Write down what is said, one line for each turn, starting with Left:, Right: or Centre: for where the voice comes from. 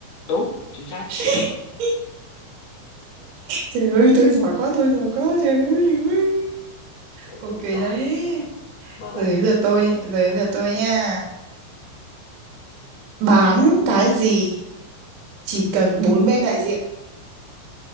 Left: đúng chính xác
Right: <laughs> Trời ơi, tôi giỏi quá, tôi giỏi quá, trời ơi. trời ơi.
Left: ok
Right: Ok đấy.
Left: rồi mời bạn
Right: Giờ đến lượt tôi, giờ đến lượt tôi nha. Bán cái gì chỉ cần bốn bên đại diện